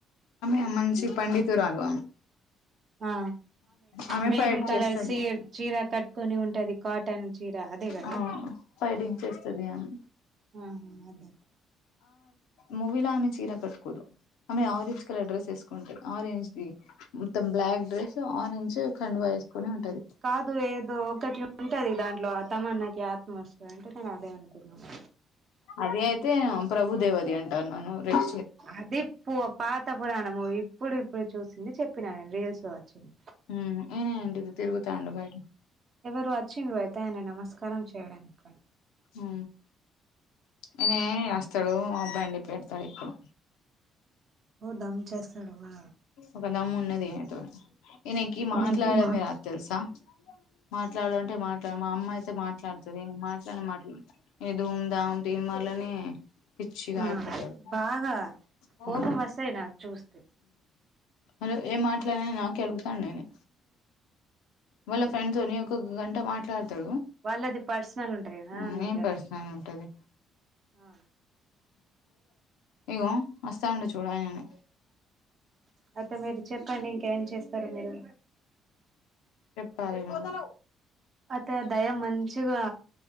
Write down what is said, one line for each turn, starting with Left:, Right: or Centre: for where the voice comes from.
Left: సం మంచి పండితురాలు
Right: ఆ
Left: ఆమె
Right: మెరూన్
Left: బయట
Right: కలర్
Left: చేస్తంది
Right: సీ చీర కట్టుకొని ఉంటది కాటన్ చీర అదే కదా
Left: ఆ ఫైడింగ్ చేస్తుది అని
Right: ఆ అదే
Left: మూవీలో ఆమె చీర కట్టుకోదు ఆమె ఆరెంజ్ కలర్ డ్రెస్ వేసుకుంటాంది ఆరెంజ్ది మొత్తం బ్లాక్ డ్రెస్ ఆరంజ్ కఖండువ వేసుకొని
Right: అవును
Left: ఉంటది
Right: కాదు ఏదో ఒకటి ఉంటది దాంట్లో ఆ తమన్నాకి ఆత్మ వస్తది అంటే నేను అదే అనుకున్నాను
Left: అది అయితే ప్రభుదేవ్ అది అంటారున్నాను రెడ్
Right: అది పొ పాత పురాన మూవీ, ఇప్పుడు ఇప్పుడు చూసింది చెప్పిన నేను రీల్స్లో వచ్చింది.
Left: ఉ ఈనేంటిది తిరుగుతాండు బయట
Right: ఎవరు వచ్చిండు అయితే ఆయన నమస్కారం చేయడానికన్
Left: ఉ అనే అస్తడూ ఆ బండి పెడ్తడు ఇప్పుడు
Right: ఓ దమ్ చేస్తాడా వ
Left: ఒక దమ్ ఇయనతోని, ఈయనకి
Right: నేను
Left: మాట్లాడమే
Right: ఎగ్జిబిషన్
Left: రాద్ తెలుసా. మాట్లాడు అంటే మాట్ల, మా అమ్మ అయితే మాట్లాడుతది. మాట్లానే మాటలు ఏదో దీన్ వల్లనే పిచ్చిగ
Right: ఆ
Left: అయిపోతడు
Right: బాగా
Left: ఉ
Right: కోపం వస్తాయి నాకు చూస్తే
Left: అరు ఏం మాట్లాడిన నాకే అడుగుతా నేనె వాళ్ళ ఫ్రెండ్ తోని ఒకొక గంట మాట్లాడ్ తడు.
Right: వాళ్ళది పర్సనల్ ఉంటాయి కదా
Left: ఉ
Right: అందుకే
Left: ఏం
Right: అక్క
Left: పర్సనల్ ఉంటది?
Right: ఆ
Left: ఇగో వస్తాండు చూడు ఆయననే
Right: అయితే మీరు చెప్పండి, ఇంక ఏం చేస్తరు మీరు?
Left: తాగినా
Right: అతే దయ మంచిగా